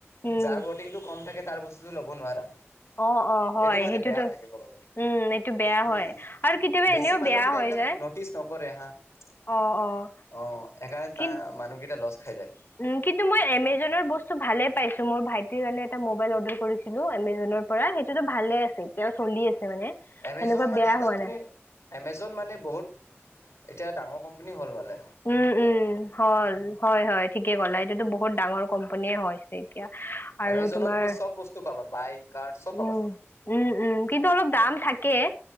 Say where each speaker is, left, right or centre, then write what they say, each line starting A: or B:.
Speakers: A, on the left; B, on the left.
A: উম।
B: যাৰ ব'টিংটো কম থাকে তাৰ বস্তুটো ল'ব কাপোৰ নোৱাৰা
A: অ', অ', হয়
B: এইটো মানে
A: সেইটোতো
B: বেয়া থাকে ক'ব গ'লে
A: উম, এইটো বেয়া হয়
B: উম
A: আৰু কেতিয়াবা
B: বেছি
A: এনেও
B: মানুহকেইটা
A: বেয়া হৈ
B: এইবিলাক
A: যায়।
B: নটিচ নকৰে হা অহ
A: অ', অ',
B: সেইকাৰণে
A: কিন্তু
B: তাৰ মানুহকেইটা লচ খাই যায়
A: উম কিন্তু মই এমেজন বস্তু ভালে পাইছো মোৰ ভাইটিৰ কাৰণে এটা মোবাইল অৰ্ডাৰ কৰিছিলো এমেজনৰ পৰা সেইটোতো ভালে আছে এতিয়াও চলি আছে মানে
B: এমেজন
A: সেনেকুৱা
B: মানে
A: বেয়া
B: এটা
A: হোৱা
B: তুমি
A: নাই
B: এমেজন মানে বহুত এতিয়া ডাঙৰ কোম্পানী হ'ল ভালে
A: উম উম, হল হয় হয় ঠিকে ক'লা এইটোতো বহুত ডাঙৰ কোম্পনীয়ে হৈছে এতিয়া আৰু
B: এমেজনত
A: তোমাৰ
B: তুমি চব বস্তু পাবা বাইক কাৰ চব পাবা
A: উম উম উম কিন্তু অলপ দাম থাকে